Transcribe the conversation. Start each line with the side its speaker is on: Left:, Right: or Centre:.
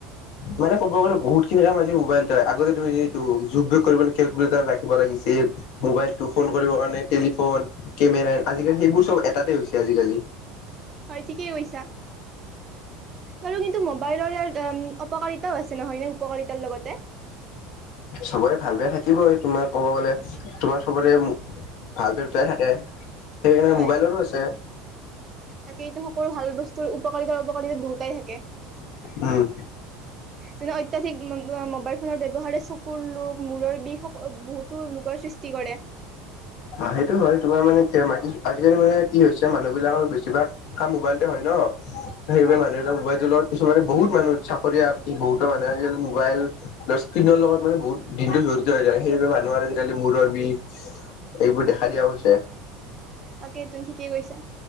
Left: মানে, ক'ব গলে বহুত খিনি কাম আজি মোবাইলত হয়। আগতে তুমি এইটো যুগ বিয়োগ কৰিবলৈ ব লাগিছিল, মোবাইলতটো ফোন
Right: হয়
Left: কৰিবৰ কাৰণে টেলিফোন, কেমেৰা, আজিকালি সেইবোৰ চব এটাতে হৈছে আজিকালি।
Right: হয় ঠিকেই কৈছা। বাৰু কিন্ত ম'বাইল অপকাৰিতাও আছে নহয় নে, উপকাৰিতাৰ লগতে
Left: চবৰে ভাল বেয়া থাকিবই তোমাৰ ক'ব গ'লে তোমাৰ চবতে ভাল বেয়া দুয়োটায়ে থাকে। সেইকাৰণে
Right: হয়
Left: মোবাইলৰো আছে
Right: তাকে, এইটো সকলো ভাল বস্তুৰ উপকাৰিতাৰ অপকাৰিতা দুয়োটাই থাকে।
Left: উম
Right: যেনে অত্যাধিক মোবাইল ফোনৰ ব্যৱহাৰে চকুৰ আৰু মূৰৰ বিষ বহুতো লোকৰ সৃষ্টি কৰে।
Left: অ সেইটো হয়, তোমাৰ মানে আজিকালি মানে কি হৈছে মানুহ বিলাকৰ বেছিভাগ কাম মোবাইলতে হয় ন। সেইবাবে
Right: হয়
Left: মানুহবিলাক মোবাইলটোৰ লগত কিছুমানে বহুত মানুহ চাকৰি আ বহুতো মানুহে আজিকালি মোবাইল, বা স্কিনৰ লগত মানে বহুত দিনত জড়িত হৈ থাকে। সেইবাবে মানুহৰ আজিকালি মূৰৰ বিষ এইবোৰ দেখা দিয়া হৈছে।
Right: তাকে এইটো ঠিকেই কৈছা,